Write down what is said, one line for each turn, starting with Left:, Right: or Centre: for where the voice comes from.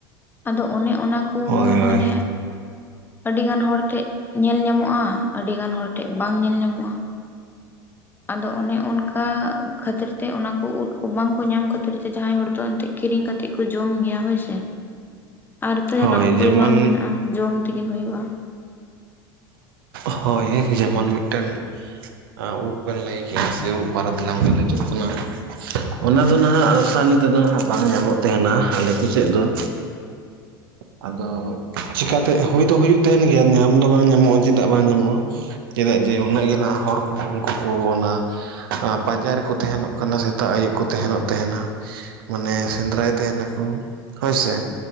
Left: ᱟᱫᱚ ᱚᱱᱮ ᱚᱱᱟ ᱠᱚᱦᱚᱸ
Right: ᱦᱳᱭ ᱦᱳᱭ
Left: ᱢᱟᱱᱮ ᱟᱹᱰᱤ ᱜᱟᱱ ᱦᱚᱲ ᱴᱷᱮᱜ ᱧᱮᱞ ᱧᱟᱢᱚᱜᱼᱟ ᱟᱹᱰᱤ ᱜᱟᱱ ᱦᱚᱲ ᱴᱷᱮᱜ ᱵᱟᱝ ᱧᱮᱞ ᱧᱟᱢᱚᱜᱼᱟ᱾ ᱟᱫᱚ ᱚᱱᱮ ᱚᱱᱠᱟ ᱠᱷᱟᱹᱛᱤᱨ ᱛᱮ ᱚᱱᱟ ᱠᱚ ᱩᱫ ᱠᱚ ᱵᱟᱝ ᱠᱚ ᱧᱟᱢ ᱠᱷᱟᱹᱛᱤᱨ ᱛᱮ ᱡᱟᱦᱟᱸᱭ ᱦᱚᱲ ᱫᱚ ᱮᱱᱛᱮᱜ ᱠᱤᱨᱤᱧ ᱠᱟᱛᱮᱜ ᱠᱚ ᱡᱚᱢ ᱜᱮᱭᱟ ᱦᱳᱭ ᱥᱮ᱾
Right: <inaudible>
Left: ᱟᱨ ᱛᱚ ᱡᱟᱦᱟᱸᱱᱟᱜ
Right: ᱦᱳᱭ
Left: ᱩᱯᱟᱹᱭ
Right: ᱡᱮᱢᱚᱱ
Left: ᱵᱟᱝ ᱢᱮᱱᱟᱜᱼᱟ ᱡᱚᱢ ᱛᱮᱜᱮ ᱦᱩᱭᱩᱜᱼᱟ᱾
Right: ᱦᱳᱭ ᱡᱮᱢᱚᱱ ᱢᱤᱫᱴᱮᱱ ᱮᱸ ᱩᱵ ᱵᱮᱱ ᱞᱟᱹᱭ ᱠᱮᱜᱼᱟ ᱥᱮ ᱩᱵ ᱵᱟᱨᱮᱛᱮᱞᱟᱝ ᱜᱟᱞᱚᱪᱚ ᱠᱟᱱᱟ᱾ ᱚᱱᱟ ᱫᱚ ᱱᱟᱦᱟᱜ ᱟᱥᱟᱱᱤ ᱛᱮᱫᱚ ᱱᱟᱦᱟᱜ ᱵᱟᱝ ᱧᱟᱢᱚᱜ ᱛᱟᱦᱮᱸᱱᱟ ᱟᱞᱮ ᱠᱚ ᱥᱮᱜ ᱫᱚ, ᱟᱫᱚ ᱪᱤᱠᱟᱛᱮ ᱦᱩᱭ ᱫᱚ ᱦᱩᱭᱩᱜ ᱛᱟᱦᱮᱸᱱ ᱜᱮᱭᱟ ᱧᱟᱢ ᱫᱚ ᱵᱟᱝ ᱧᱟᱢᱚᱜᱼᱟ᱾ ᱪᱮᱫᱟᱜ ᱵᱟᱝ ᱧᱟᱢᱚᱜᱼᱟ ᱪᱮᱫᱟᱜ ᱡᱮ ᱩᱱᱟᱹᱜ ᱜᱮ ᱱᱟᱦᱟᱜ ᱦᱚᱲ ᱠᱚ ᱩᱱᱠᱩ ᱠᱚ ᱚᱱᱟ, ᱟᱸᱯᱟᱧᱡᱟ ᱨᱮᱠᱚ ᱛᱟᱦᱮᱱᱚᱜ ᱠᱟᱱᱟ ᱥᱮᱛᱟᱜ ᱟᱹᱭᱩᱵ ᱠᱚ ᱛᱟᱦᱮᱸᱱᱚᱜ ᱛᱟᱦᱮᱸᱱᱟ᱾ ᱢᱟᱱᱮ ᱥᱮᱸᱫᱽᱨᱟᱭ ᱛᱟᱦᱮᱸ ᱱᱟᱹᱠᱩ ᱦᱳᱭᱥᱮ,